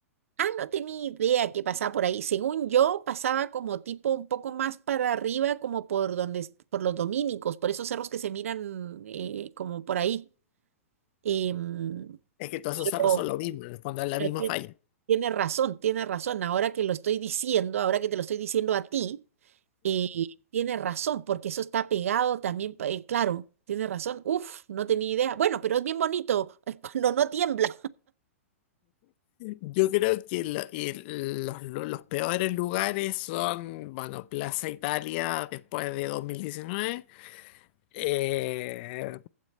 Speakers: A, on the right; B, on the left.
A: Ah, no tenía idea que pasaba por ahí. Según yo, pasaba como tipo un poco más para arriba, como por donde, est- por los dominicos, por esos cerros que se miran eh, como por ahí. Em,
B: Es que todos esos
A: pero,
B: cerros son lo mismo, en el fondo es la
A: pero
B: misma
A: ti-
B: falla.
A: tiene razón, tiene razón. Ahora que lo estoy diciendo, ahora que te lo estoy diciendo a ti, eh, tiene razón, porque eso está pegado también, pa- eh, claro, tiene razón. Uf, no tenía idea. Bueno, pero es bien bonito, <laughs> cuando no tiembla.
B: Yo creo que lo- y los, lu- los peores lugares son, bueno, Plaza Italia después de 2019. Eh,